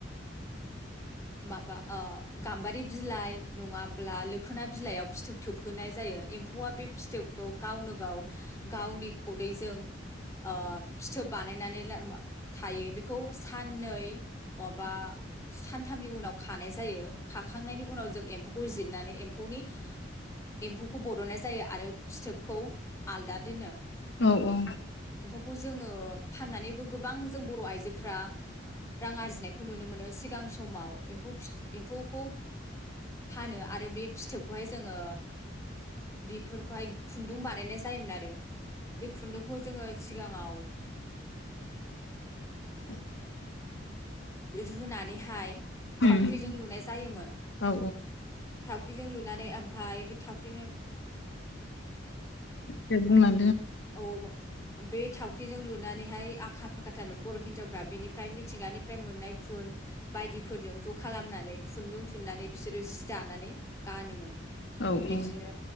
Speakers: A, on the left; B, on the left.
A: माबा ओ गाम्बारि बिलाइ नङाब्ला लोखोना बिलाइयाव फिथोब थोबहोनाय जायो एम्फौआ बे फिथोबखौ गावनो गाव गावनि खुदैजों ओ फिथोब बानायनानै थायो बेखौ साननै अबा सान थामनि उनाव खानाय जायो खाखांनायनि उनाव जों एम्फौखौ जिरनानै एम्फौनि एम्फौखौ बरननाय जायो आरो फिथोबखौ आलदा दोनो।
B: औ औ
A: खौ जोङो फाननानैबो गोबां जों बर' आइजोफ्रा रां आर्जिनायखौ नुनो मोनो सिगां समाव एम्फौ फि एम्फौखौ फानो आरो बे फिथोबखौहाय जोङो बेफोरखौहाय खुन्दुं बानायनाय जायो। जायोमोन आरो बे खुन्दुंखौ जोङो सिगाङाव
B: <unintelligible>
A: रुनानैहाय
B: उम
A: थावख्रिजों लुनाय जायोमोन।
B: औ
A: थावख्रिजों लुनानै ओमफ्राय थावख्रिजों
B: दे बुंलां
A: औ बे थावख्रिजों लुनानैहाय आखा। फाखाथारमोन बर' हिनजावफ्रा बिनिफ्राय मिथिंगानिफ्राय मोननाय खुन बायदिफोरजों ज' खालामनानै। खुन्दुं थुननानै बिसोरो जि दानानै गानोमोन।
B: औ
A: बिदिनो
B: औ